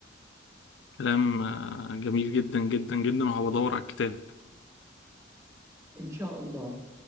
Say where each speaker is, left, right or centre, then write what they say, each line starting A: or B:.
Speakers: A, on the left (about 70°); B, on the right (about 15°).
A: كلام آه، جميل جدا جدا جدا وهبدور على الكتاب
B: إن شاء الله